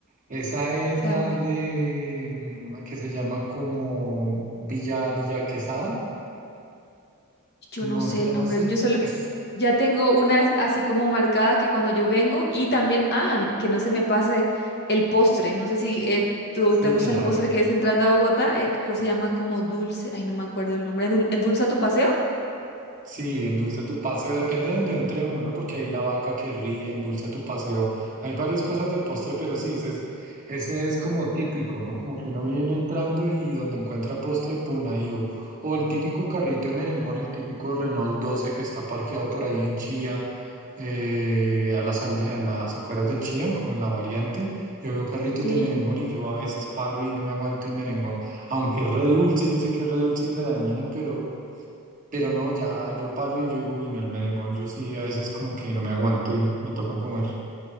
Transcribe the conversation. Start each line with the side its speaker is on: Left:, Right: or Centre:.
Right: Esa es
Left: Tambi-
Right: la de mm, que se llama como Villa Villa Quesada,
Left: Yo
Right: ¿no
Left: no sé
Right: se llama
Left: el nombre,
Right: así?
Left: yo solo,
Right: Es,
Left: Ya tengo una es- así como marcada que cuando yo vengo y también, ah, que no se me pase el postre. No sé si eh, tú
Right: sí,
Left: te gusta
Right: claro.
Left: el postre que es entrando a Bogotá, eh, creo que se llama como dulce, ay, no me acuerdo el nombre. ¿Endul- ¿Endulza tu paseo?
Right: Sí, endulza tu paseo, depende de donde entre uno, ¿no? Porque hay la vaca que ríe, endulza tu paseo. Hay varias cosas de postre, pero sí, ese es, ese es como típico, ¿no? Como que uno viene entrando y donde encuentra postre, puna ahí. O, o el típico carrito de merengón, el típico Renault 12 que está parqueado por ahí en Chía, eh, a las, alde- a las afueras de Chía, como en la variante. Yo veo carritos
Left: Sí,
Right: de merengón y yo a veces paro y no me aguanto y merengón aunque es re dulce, yo sé que es re dulce y re dañina, pero, pero no, ya yo paro y yo digo, uy, no, el merengón, yo sí a veces como que no me aguanto y me toca comer.